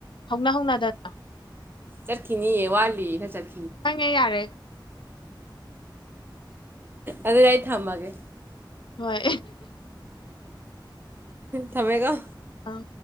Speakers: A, on the left (about 75°); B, on the right (about 25°).
A: ꯍꯧꯅ ꯍꯧꯅꯗꯅ
B: ꯆꯠꯈꯤꯅꯤꯌꯦ ꯋꯥꯂꯤ ꯐ ꯆꯠ
A: ꯍꯪꯉꯦ ꯌꯥꯔꯦ
B: ꯑꯗꯨꯗ ꯑꯩ ꯊꯝꯃꯒꯦ
A: ꯍꯣꯏ
B: ꯊꯃꯦꯒ
A: ꯑ